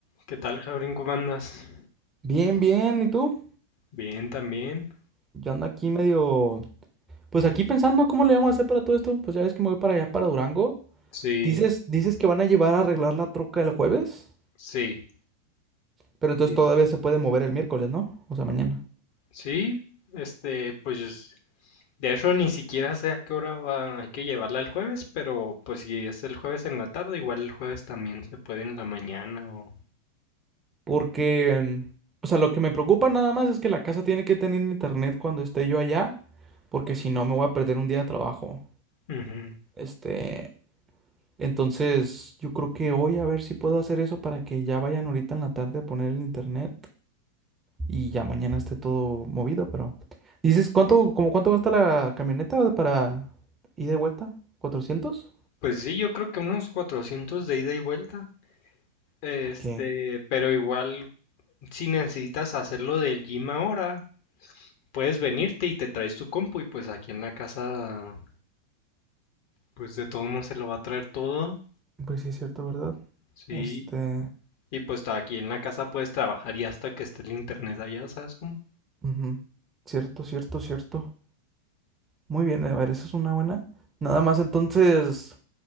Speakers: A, on the left; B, on the right.
A: ¿Qué tal, Jabrín? ¿Cómo andas?
B: Bien, bien, ¿y tú?
A: Bien, también.
B: Yo ando aquí medio, pues aquí pensando cómo le vamos a hacer para todo esto. Pues ya ves que me voy para allá, para Durango.
A: Sí,
B: Dices, dices que van a llevar a arreglar la troca el jueves,
A: sí,
B: pero entonces
A: sí,
B: todavía se puede mover el miércoles, ¿no? O sea, mañana.
A: sí. Este, pues, de hecho, ni siquiera sé a qué hora va, hay que llevarla el jueves, pero pues si es el jueves en la tarde, igual el jueves también se puede en la mañana o...
B: Porque, mm, o sea, lo que me preocupa nada más es que la casa tiene que tener internet cuando esté yo allá, porque si no me voy a perder un día de trabajo.
A: Ujú.
B: Este, entonces yo creo que hoy a ver si puedo hacer eso para que ya vayan ahorita en la tarde a poner el internet. y ya mañana esté todo movido, pero... Dices, ¿cuánto, como cuánto gasta la camioneta para ida y vuelta? cuatrocientos
A: Pues sí, yo creo que unos 400 de ida y vuelta. Este,
B: Ok,
A: pero igual, si necesitas hacerlo del gym ahora, puedes venirte y te traes tu compu y pues aquí en la casa, pues de todos modos se lo va a traer todo.
B: pues sí, es cierto, ¿verdad?
A: Sí,
B: Este...
A: y pues está aquí en la casa puedes trabajar y hasta que esté el internet allá, ¿sabes cómo?
B: ujú, Cierto, cierto, cierto. Muy bien, a ver, esa es una buena. Nada más, entonces,